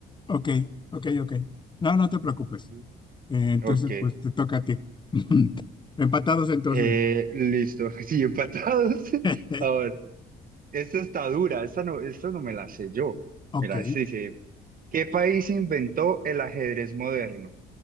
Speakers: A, on the left; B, on the right.
A: ok, ok, ok. No, no te preocupes.
B: Mm.
A: Eh, entonces,
B: Ok,
A: pues te toca a ti. <laughs> Empatados entonces.
B: eh, listo, <laughs> sí, empatados. <laughs>
A: <laughs>
B: A ver, esta está dura, esta no, esta no me la sé yo.
A: Ok.
B: Mira, este dice, ¿qué país inventó el ajedrez moderno?